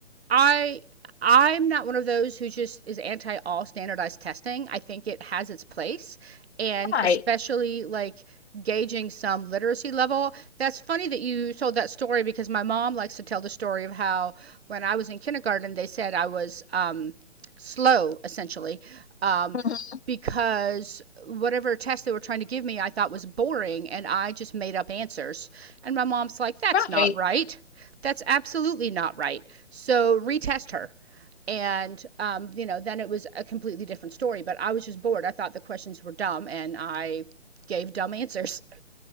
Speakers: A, on the right; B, on the left.
A: I I'm not one of those who just is anti all standardized testing. I think it has its place and
B: Right.
A: especially like gauging some literacy level. That's funny that you told that story because my mom likes to tell the story of how when I was in kindergarten they said I was um slow essentially um,
B: Mhm.
A: because whatever test they were trying to give me I thought was boring and I just made up answers. And my mom's like, that's
B: Right.
A: not right. That's absolutely not right. So retest her. And, um, you know, then it was a completely different story, but I was just bored. I thought the questions were dumb and I gave dumb answers. <laughs>